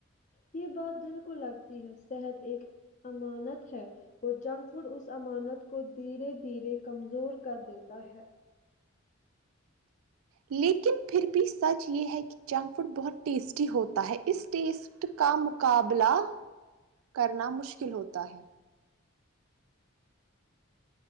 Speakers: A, on the left (about 35°); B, on the right (about 85°).
A: یہ بات دل کو لگتی ہے صحت ایک امانت ہے اور جنک فوڈ اس امانت کو دھیرے دھیرے کمزور کر دیتا ہے
B: لیکن پھر بھی سچ یہ ہے کہ جنک فوڈ بہت ٹیسٹی ہوتا ہے اس ٹیسٹ کا مقابلہ کرنا مشکل ہوتا ہے